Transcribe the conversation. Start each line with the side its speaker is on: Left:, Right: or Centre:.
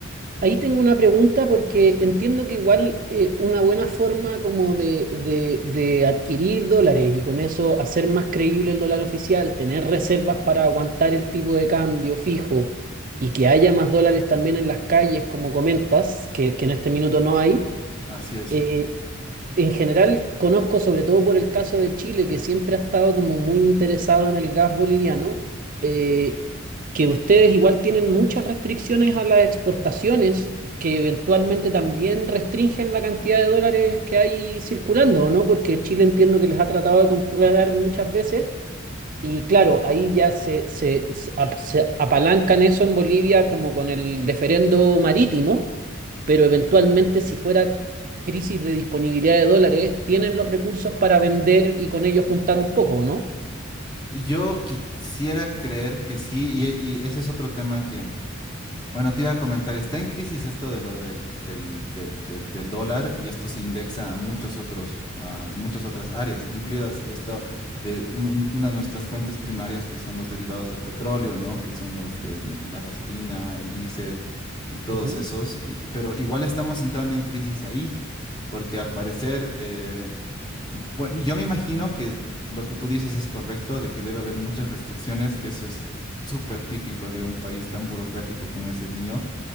Right: ahí tengo una pregunta porque entiendo que igual eh, una buena forma como de, de- de adquirir dólares y con eso hacer más creíble el dólar oficial, tener reservas para aguantar el tipo de cambio fijo y que haya más dólares también en las calles, como comentas, que, que en este minuto no hay,
Left: Así es.
Right: eh, En general, conozco sobre todo por el caso de Chile, que siempre ha estado como muy interesado en el gas boliviano, eh, que ustedes igual tienen muchas restricciones a las exportaciones, que eventualmente también restringen la cantidad de dólares que hay circulando, ¿o ¿no? Porque Chile entiendo que les ha tratado de comprar muchas veces. Y claro, ahí ya se, se, se ap- se apalancan eso en Bolivia como con el referendo marítimo pero eventualmente si fuera crisis de disponibilidad de dólares, tienen los recursos para vender y con ellos juntar un poco, ¿no?
Left: Y Yo quisiera creer que sí, y, y ese es otro tema que, Bueno, te iba a comentar, está en crisis esto de lo del, del, del- del- del dólar y esto se indexa a muchos otros, a muchas otras áreas, incluidas esto de un- un- una de nuestras fuentes primarias que son los derivados del petróleo, ¿no? Que son los que la gasolina, el diésel y todos
Right: Ujú.
Left: esos. y- pero igual estamos entrando en crisis ahí, porque al parecer eh, bueno, yo me imagino que lo que tú dices es correcto, de que debe haber muchas restricciones, que eso es súper típico de un país tan burocrático como es el mío.